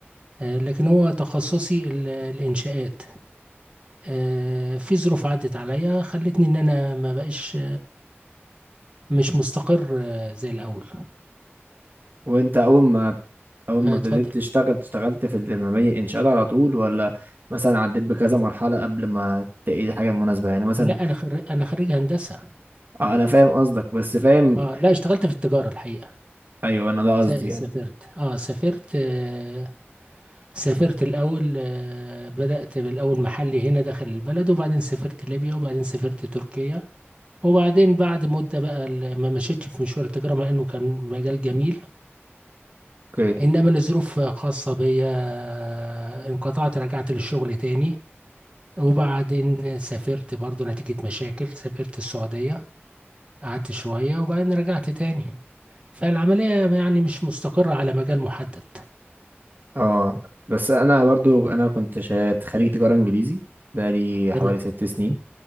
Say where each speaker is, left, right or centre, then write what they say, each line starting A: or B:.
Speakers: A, on the right (about 25°); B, on the right (about 45°).
A: آه، لكن هو تخصصي ال- الإنشاءات آه، في ظروف عدت عليا خلتني إن أنا ما بقاش مش مستقر آه، زي الأول
B: وانت اول ما اول
A: فاتفضل
B: ما ابتديت تشتغل اشتغلت في المباني الانشاءات على طول ولا مثلا عديت بكذا مرحلة قبل ما تلاقي الحاجة المناسبة يعني مثلا
A: لا أنا خر... أنا خريج هندسة
B: اه انا فاهم قصدك بس فاهم
A: اه لا اشتغلت في التجارة الحقيقة
B: ايوه انا ده قصدي
A: س- سافرت
B: يعني
A: اه سافرت آه، سافرت الأول آه، بدأت بالأول محلي هنا داخل البلد وبعدين سافرت ليبيا وبعدين سافرت تركيا وبعدين بعد مدة بقى ال- ما مشيتش في مشوار التجارة مع إنه كان مجال جميل
B: اوكي
A: إنما لظروف خاصة بيا آه، انقطعت رجعت للشغل تاني وبعدين سافرت برضو نتيجة مشاكل سافرت السعودية قعدت شوية وبعدين رجعت تاني فالعملية يعني مش مستقرة على مجال محدد
B: اه بس انا برضو انا كنت شا- خريج تجارة انجليزي بقالي
A: تمام
B: حوالي ست سنين